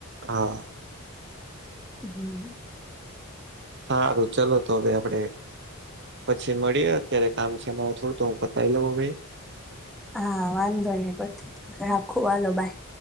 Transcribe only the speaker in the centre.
હમ.
હા, વાંધો ને પ રાખો વાલો બાય.